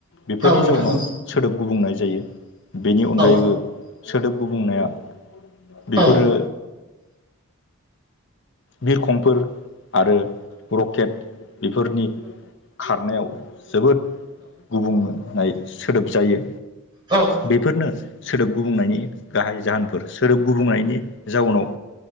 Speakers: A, on the left; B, on the right.
A: बेफोरनि
B: नोंथां
A: जाउनाव सोदोब गुबुंनाय जायो बेनि अनगायैबो
B: औ
A: सोदोब गुबुंनाया बेफोरो
B: औ
A: बिरखंफोर आरो रकेट बेफोरनि खारनायाव जोबोद गुबुंनाय सोदोब जायो
B: औ
A: बेफोरनो सोदोब गुबुंनायनि गाहाय जाहोनफोर सोदोब गुबुंनायनि जाउनाव